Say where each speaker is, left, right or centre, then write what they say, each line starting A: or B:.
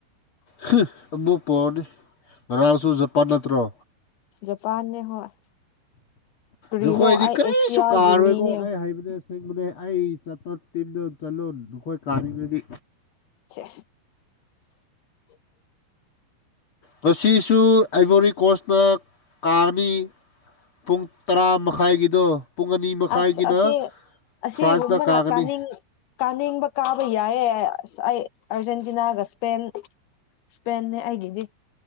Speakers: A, on the left; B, on the left.
A: ꯍꯨꯡ ꯑꯃꯨꯛ ꯄꯣꯔꯅꯤ ꯉꯔꯥꯡꯁꯨ ꯖꯄꯥꯟ ꯅꯠꯇ꯭ꯔꯣ
B: ꯖꯄꯥꯟꯅꯦ ꯍꯣꯏ ꯀꯔꯤꯅꯣ
A: ꯅꯈꯣꯏꯗꯤ
B: ꯑꯩ
A: ꯀꯔꯤꯁꯨ
B: ꯑꯦꯁꯤꯌꯥꯒꯤ
A: ꯀꯥꯔꯣꯏꯀꯣ
B: ꯃꯤꯅꯦ
A: ꯑꯩ ꯍꯥꯏꯕꯅꯦ ꯑꯁꯦꯡꯕꯅꯦ ꯑꯩ ꯆꯠꯄ ꯇꯤꯝꯗ ꯆꯠꯂꯣ ꯅꯈꯣꯏ ꯀꯥꯅꯤꯡꯉꯗꯤ
B: ꯁꯦꯁ <inaudible>
A: ꯉꯁꯤꯁꯨ ꯑꯩꯕꯣꯔꯤꯀꯣꯁꯅ ꯀꯥꯅꯤ ꯄꯨꯡ ꯇꯔꯥ ꯃꯈꯥꯏꯒꯤꯗꯣ ꯄꯨꯡ ꯑꯅꯤ ꯃꯈꯥꯏꯒꯤꯅ
B: ꯑꯁ ꯑꯁꯤ ꯑꯁꯤꯒꯨꯝꯕꯅ
A: ꯐ꯭ꯔꯥꯟꯁꯅ ꯀꯥꯒꯅꯤ
B: ꯀꯥꯅꯤꯡ ꯀꯥꯅꯤꯡꯕ ꯀꯥꯕ ꯌꯥꯏꯌꯦ ꯑꯁ ꯑꯩ ꯑꯔꯖꯦꯟꯇꯤꯅꯥꯒ ꯏꯁꯄꯦꯟ ꯁꯄꯦꯦꯟꯅꯦ ꯑꯩꯒꯤꯗꯤ